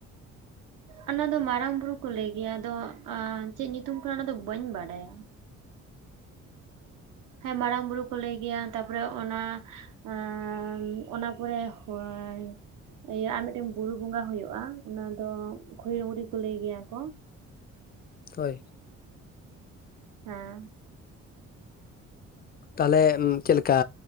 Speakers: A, on the right (about 85°); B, on the left (about 30°).
A: ᱚᱱᱟ ᱫᱚ ᱢᱟᱨᱟᱝ ᱵᱩᱨᱩ ᱠᱚ ᱞᱟᱹᱭ ᱜᱮᱭᱟ, ᱟᱫᱚ ᱟ ᱪᱮᱫ ᱧᱩᱛᱩᱢ ᱠᱟᱱᱟ ᱚᱱᱟ ᱫᱚ ᱵᱟᱹᱧ ᱵᱟᱰᱟᱭᱟ᱾ ᱦᱮᱸ ᱢᱟᱨᱟᱝ ᱵᱩᱨᱩ ᱠᱚ ᱞᱟᱹᱭ ᱜᱮᱭᱟ, ᱛᱟᱯᱚᱨᱮ ᱚᱱᱟ ᱟᱨ ᱚᱱᱟ ᱯᱚᱨᱮ <unintelligible> ᱤᱭᱟᱹ ᱟᱨ ᱢᱤᱫ ᱴᱮᱱ ᱵᱩᱨᱩ ᱵᱚᱸᱜᱟ ᱦᱳᱭᱳᱜᱼᱟ, ᱚᱱᱟ ᱫᱚ ᱠᱷᱩᱨᱤ ᱰᱩᱝᱨᱤ ᱠᱚ ᱞᱟᱹᱭ ᱜᱮᱭᱟ ᱠᱚ᱾
B: ᱦᱳᱭ
A: ᱦᱮᱸ
B: ᱛᱟᱦᱞᱮ ᱪᱮᱫ ᱞᱮᱠᱟ